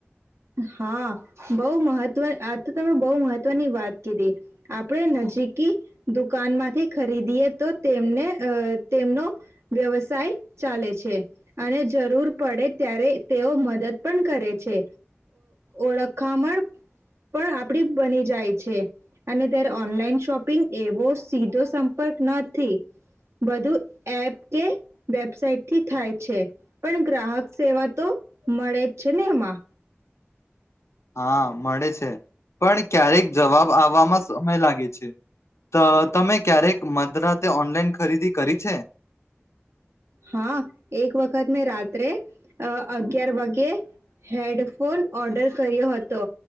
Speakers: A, on the right; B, on the left.
A: હા બહ મહત્વ આ તો તમે બહુ મહત્વની વાત કીધી આપણે નજીકી દુકાનમાંથી ખરીદીએ તો તેમને તેમનો વ્યવસાય ચાલે છે અને જરૂર પડે ત્યારે તેઓ મદદ પણ કરે છે. ઓળખામણ પણ આપડી બની જાય છે અને ત્યારે ઓનલાઈન શોપિંગ એવો સીધો સંપર્ક નથી બધું એપ કે વેબસાઇટથી થાય છે પણ ગ્રાહક સેવા તો મળે જ છે ને એમાં
B: હા મળે છે પણ ક્યારેક જવાબ આવવામાં સમય લાગે છે તો તમે ક્યારેક મદરાતે ઓનલાઈન ખરીદી કરી છે.
A: હા એક વખત મેં રાત રાે અગયાર વાગે હેડફોન ઓર્ડર કર્યો હતો